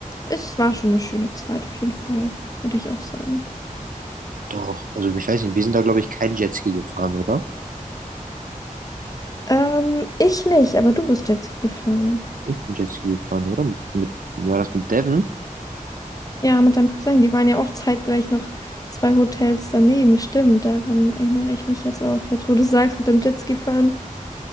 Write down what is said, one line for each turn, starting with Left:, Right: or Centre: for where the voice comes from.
Left: es war schon eine schöne Zeit, auf jeden Fall, würde ich auch sagen.
Right: Doch, also ich weiß nicht, wir sind da, glaube ich, kein Jetski gefahren, oder?
Left: Ähm, ich nicht, aber du bist Jetski gefahren.
Right: Ich bin Jetski gefahren, oder? Mit, mit, war das mit Devin?
Left: Ja, mit deinem Cousin, die waren ja auch zeitgleich noch zwei Hotels daneben, stimmt. Daran erinnere ich mich jetzt auch. Jetzt, wo du sagst, mit dem Jetski fahren.